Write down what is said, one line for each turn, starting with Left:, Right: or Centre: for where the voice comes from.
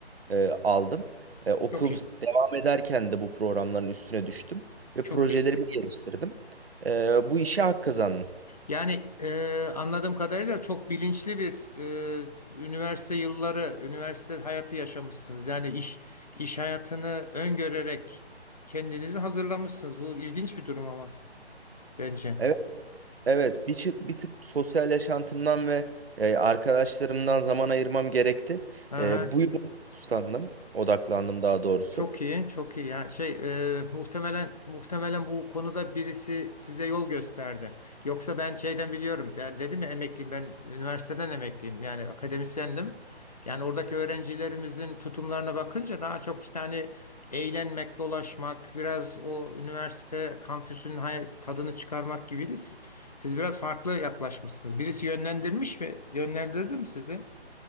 Right: e, aldım. E, okul
Left: Çok iyi.
Right: devam ederken de bu programların üstüne düştüm ve
Left: Çok
Right: projelerimi
Left: iyi.
Right: geliştirdim. E, bu işe hak kazandım.
Left: Yani e, anladığım kadarıyla çok bilinçli bir e, üniversite yılları, üniversite hayatı yaşamışsınız. Yani iş iş hayatını öngörerek kendinizi hazırlamışsınız. Bu ilginç bir durum ama bence.
Right: Evet, evet bir, çı- bir tık sosyal yaşantımdan ve e, arkadaşlarımdan zaman ayırmam gerekti.
Left: Aha.
Right: E, bu yola fokuslandım, odaklandım daha doğrusu.
Left: Çok iyi, çok iyi. Ya şey e, muhtemelen muhtemelen bu konuda birisi size yol gösterdi. Yoksa ben şeyden biliyorum. Ben dedim ya emekliyim. Ben üniversiteden emekliyim. Yani akademisyendim. Yani oradaki öğrencilerimizin tutumlarına bakınca daha çok işte hani eğlenmek, dolaşmak, biraz o üniversite kampüsünün hay- tadını çıkarmak gibiydi. Siz, siz biraz farklı yaklaşmışsınız. Birisi yönlendirmiş mi? Yönlendirdi mi sizi?